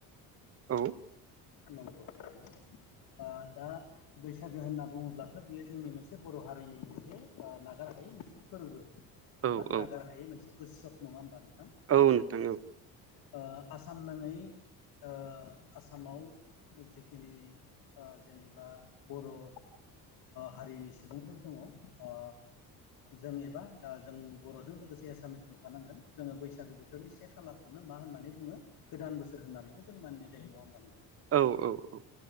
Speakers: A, on the right (about 35°); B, on the left (about 65°).
A: औ
B: नंगौ थारैनो ओ दा बैसागो होनना बुङोब्लाथ' बियो जोंनि मोनसे बर' हारि नि मोनसे ओ नागार हायै मोनसे फोरबो
A: औ
B: एबा
A: औ
B: नागार हायै मोनसे उत्सब नङा होमबा
A: औ नोंथां औ।
B: ओ आसाम नाङै ओ आसामाव जिखिनि ओ जेनेबा बर' ओ हारिनि सुबुंफोर दङ ओ जों एबा जों बर'जों लोगोसे एसामिस बुंफानांगोन जोङो बैसागो बोथोरनि से खालारखौनो मा होननानै बुङो गोदान बोसोर होननानैबो जों मानिनाय जायो नङा होमबा नोंथां?
A: औ औ औ।